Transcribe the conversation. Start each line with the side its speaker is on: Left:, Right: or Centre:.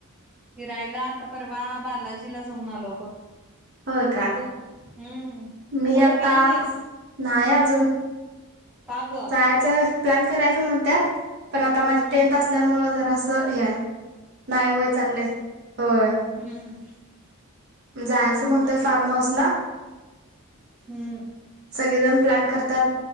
Centre: फिरायला आता परवा बालाजीला जाऊन आलो बघ.
Right: होय का
Centre: तू हम्म
Right: मी
Centre: तू कुठं
Right: आता
Centre: गेली नाहीस
Right: नाहीय अजून
Centre: का ग
Right: जायच प्लॅन करायच म्हणत्यात. पण आता माझी
Centre: हम्म
Right: टें्थ असल्यामुळे जरा असं हेय नाही होय चालले होय
Centre: हम्म
Right: जायचं
Centre: मग
Right: म्हणतय फार्म हाऊस ला
Centre: हम्म
Right: सगळेजण प्लॅन करतात